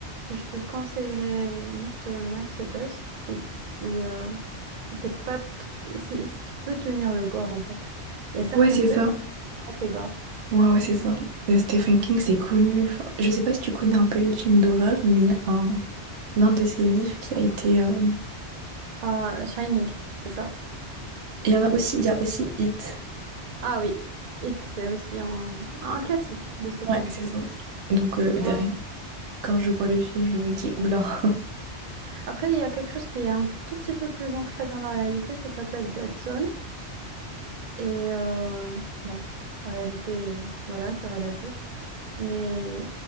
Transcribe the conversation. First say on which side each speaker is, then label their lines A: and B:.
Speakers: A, on the right (about 45°); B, on the right (about 85°).
A: et je te conseillerais Mister Mercedes si, si, euh, si t'es pas t- si, si tu peux tenir le gore, en fait. Il y a certaines
B: Ouais, c'est
A: scènes
B: ça.
A: assez gore.
B: Ouais, ouais, c'est ça. Euh, Stephen King, c'est connu. Enfin, je sais pas si tu connais un peu les films d'horreur, mais il y a un, l'un de ses livres qui a été. euh,
A: Euh, Shining, c'est ça?
B: Il y en a aussi, il y a aussi It.
A: Ah oui, It, c'est aussi un, un classique de Stephen
B: Ouais, c'est
A: King.
B: ça. Donc, euh, derrière,
A: Euh,
B: quand je vois le film, je me dis, oula.
A: Après, il y a quelque chose qui est un tout petit peu plus ancré dans la réalité, ça s'appelle Dead Zone. Et euh, bon, en réalité, voilà, c'est relatif. mais